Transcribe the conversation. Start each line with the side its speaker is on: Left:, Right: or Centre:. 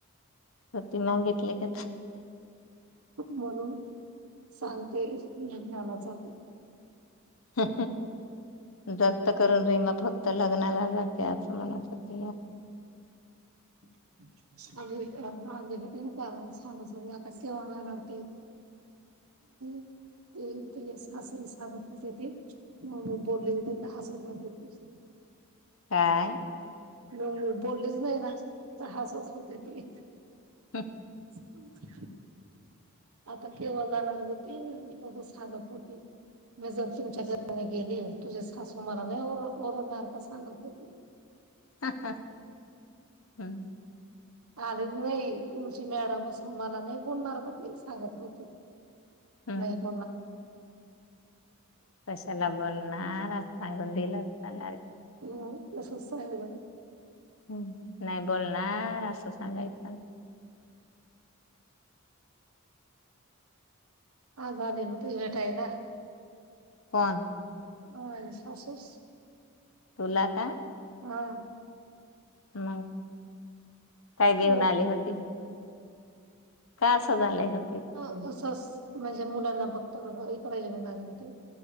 Left: सुट्टी मागितली काय
Right: बोलून सांगते लग्नाला जाते
Left: हम् ह जास्त करून रिमा फक्त लग्नाला लग्नाला जाते असचं मनात घा फक्त
Right: <unintelligible> सागं सवयी आता सेवा माय भारती ह् ती तिच्या सासरी सागंतचं येती म मी बोलली कि हसत होती. इशयं
Left: काय
Right: मग मी बोललीच नाही आज तर हसत होती ती
Left: हम
Right: <unintelligible> आता केव्हा जाणार ग ते सांगत होती मी जर तुमच्या घरी गेले तुझे सासू मला नाही ओर ओरडणार का सांग बरं
Left: हा हा हम्म
Right: आले नाही तुमची मॅडम असून मला नाही बोलणार का ते सांगत होते
Left: हम्म.
Right: नाही <inaudible>
Left: कशाला बोलणार असं सांगून दिलं असताना रे
Right: हो <unintelligible> तसंच सांगणार
Left: हम् नाही बोलणार असं सांगायचं.
Right: हा झाले होते भेटायला
Left: पण
Right: अ सासूस
Left: तुला का
Right: हा
Left: मग काय घेऊन
Right: खूप
Left: आली होती? काय असं झालंय हो?
Right: हो म्हणजे मुलांना बघत बघ इकडेे <inaudible> माझ ते